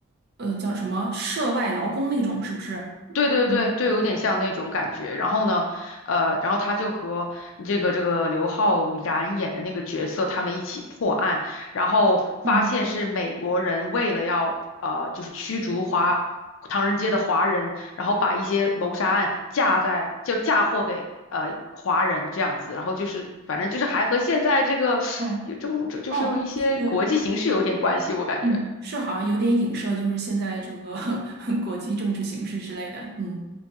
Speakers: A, on the right; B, on the left.
A: 呃，叫什么涉外劳工那种，是不是？
B: 对对对，
A: 嗯
B: 就有点像那种感觉。然后呢，呃，然后他就和这个这个刘昊然演的那个角色，他们一起破案，然后发现是美国人为了要呃，
A: 嗯，
B: 就是驱逐华唐人街的华人，然后把一些谋杀案嫁在就嫁祸给呃华人这样子，然后就是反正就是还和现在这个有中就就是有一些国际形势有点关系，
A: 哦哦，呃
B: 我感觉。
A: 嗯，是好像有点影射，就是现在这个 <laughs> 国际政治形势之类的。嗯，